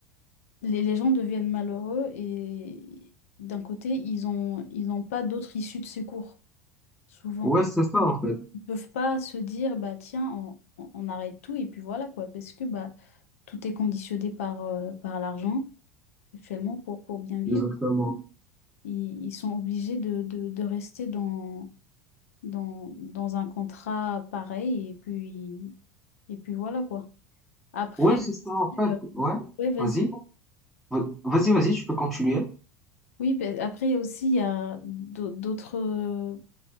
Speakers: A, on the left (about 65°); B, in the centre.
A: Les, les gens deviennent malheureux et d'un côté, ils ont, ils n'ont pas d'autre issue de secours, souvent.
B: Ouais, c'est ça, en fait.
A: Ils peuvent pas se dire, bah tiens, on, on- on arrête tout et puis voilà quoi, parce que bah, tout est conditionné par, euh, par l'argent actuellement pour, pour bien vivre.
B: Exactement.
A: Ils, ils sont obligés de, de, de rester dans dans, dans un contrat pareil et puis, et puis voilà quoi. Après,
B: Ouais, c'est ça, en fait.
A: euh,
B: Ouais.
A: ouais, vas-y.
B: Vas-y. Va- Vas-y, vas-y, tu peux continuer.
A: Oui, ben, après il y a aussi il y a d'au- d'autres